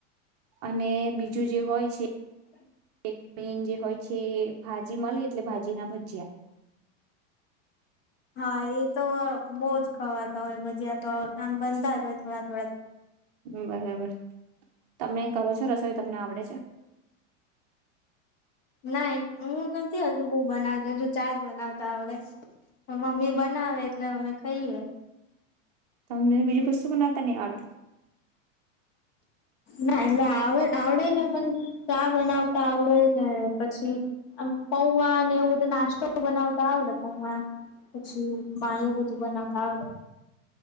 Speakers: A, on the right; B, on the left.
A: અને બીજું જે હોય છે.
B: હ.
A: એક મેન જે હોય છે ભાજી મળે એટલે ભાજી ના ભજીયા.
B: હા એ તો બહુજ ખાવાતા હોય. જીયા તો
A: હમ,
B: આમ બનતા જ હોય. થોડા <inaudible>
A: બરાબર તમે કરો છો રસ તોય તમને આવડે છે.
B: ના હું નથી હજુ બહ બનાવતો હજુ ચાજ બનાવતા આવડે. મમ્મી બનાવે એટલે અમે ખઈએ.
A: તમ બીજું કસ્શું બનાતા નહી આડતુ.
B: ના એ એટલે આવ આવડે ને પણ ચા બનાવતા આવડે. ને પછીઆમ પૌવા અને એવું બધું નાસ્તો બનાવતા આવડે પૌવા પછી માયું બધું બનાવતા આવડે.